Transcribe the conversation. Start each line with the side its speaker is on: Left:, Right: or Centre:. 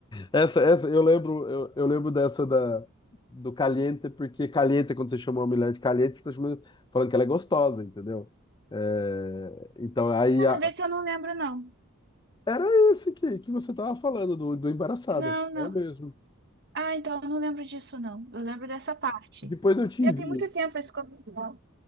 Left: Essa, essa, eu lembro, eu, eu lembro dessa da, do Caliente, porque Caliente, quando você chama uma mulher de Caliente, você tá chamando, falando que ela é gostosa, entendeu? É, então, aí,
Right: Não,
Left: a-
Right: mas desse eu não lembro, não.
Left: era esse que, que você tava falando, do, do embaraçado.
Right: Não, não.
Left: É o mesmo.
Right: Ah, então eu não lembro disso, não. Eu lembro dessa parte.
Left: Depois eu te
Right: Já
Left: envio.
Right: tem muito tempo esse comercial.